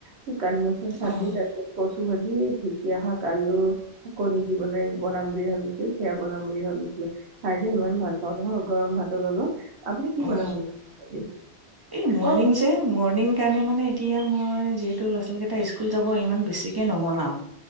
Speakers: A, on the right (about 75°); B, on the right (about 35°).
A: <unintelligible> <unintelligible> চাৰিদিন
B: অ',
A: হৈছে পচি গৈছে‌ ঢেঁকীয়া শাক আলু কণী দি বনাই বনাম বুলি ভাবিছিলো সেয়া বনাম বুলি ভাবিছিলো খাই যে ইমান ভাল পাওঁ নহয় গৰম ভাতৰ লগত আপুনি কি বনাম
B: অ
A: বুলি ভাবিছে আজি?
B: এই মৰ্ণিং
A: অ'
B: যে মৰ্ণিং সেইকাৰণে মানে, এতিয়া মই, যিহেতু ল'ৰা- ছোৱালীকেইটা স্কুল যাব, ইমান বেছিকে নবনাও।